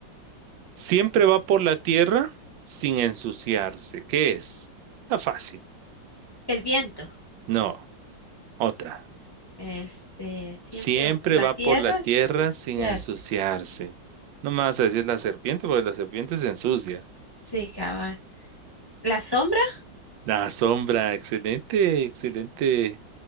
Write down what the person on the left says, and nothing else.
El viento.
Este, siempre
va por la
tierra
sin ensuciarse.
Sí, cabal. La sombra,